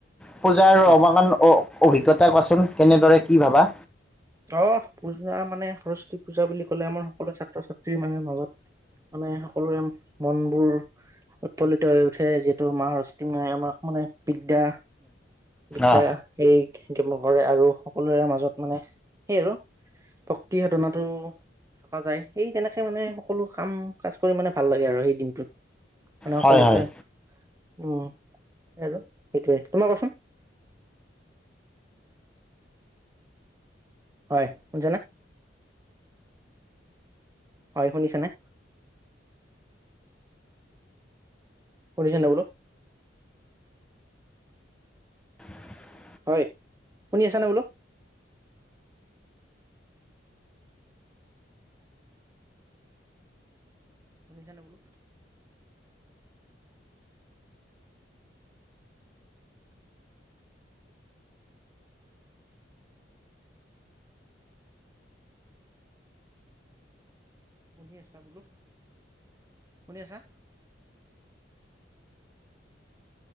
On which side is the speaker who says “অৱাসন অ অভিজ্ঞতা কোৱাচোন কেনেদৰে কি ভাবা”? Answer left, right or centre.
Centre